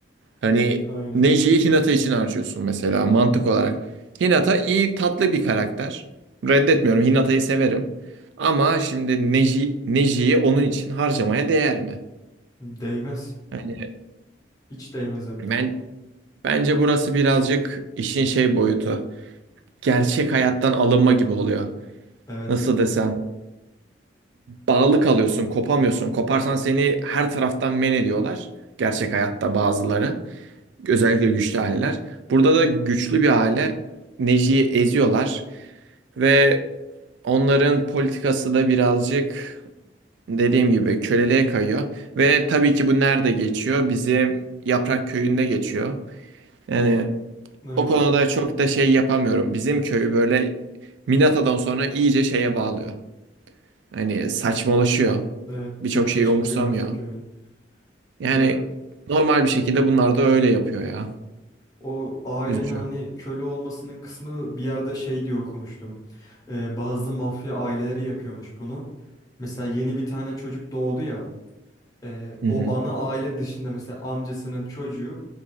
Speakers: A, on the right; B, on the left.
A: Hani
B: Aynen.
A: Neji'yi Hinata için harcıyorsun mesela mantık olarak. Hinata iyi tatlı bir karakter. Reddetmiyorum. Hinata'yı severim. Ama şimdi Neji, Neji'yi onun için harcamaya değer mi?
B: Değmez.
A: Yani
B: Hiç değmez hem
A: ben
B: de.
A: bence burası birazcık işin şey boyutu. Gerçek hayattan alınma gibi oluyor.
B: Evet
A: Nasıl
B: evet.
A: desem? Bağlı kalıyorsun, kopamıyorsun. Koparsan seni her taraftan men ediyorlar. Gerçek hayatta bazıları. Özellikle güçlü aileler. Burada da güçlü bir aile Neji'yi eziyorlar. Ve onların politikası da birazcık dediğim gibi köleliğe kayıyor. Ve tabii ki bu nerede geçiyor? Bizim Yaprak Köyü'nde geçiyor. Yani
B: Aynen.
A: o konuda çok da şey yapamıyorum. Bizim köy böyle Minata'dan sonra iyice şeye bağlıyor. Hani saçmalaşıyor.
B: Evet
A: Birçok
B: cıvka
A: şeyi
B: çıkıyor
A: umursamıyor.
B: artık köyün.
A: Yani
B: Ya
A: normal bir şekilde bunlar da öyle yapıyor ya.
B: o ailenin
A: Üzücü.
B: hani köle olmasının kısmı bir yerde şey diye okumuştum. E, bazı mafya aileleri yapıyormuş bunu. Mesela yeni bir tane çocuk doğdu ya. e,
A: Hı
B: o
A: hı.
B: ana aile dışında mesela amcasının çocuğu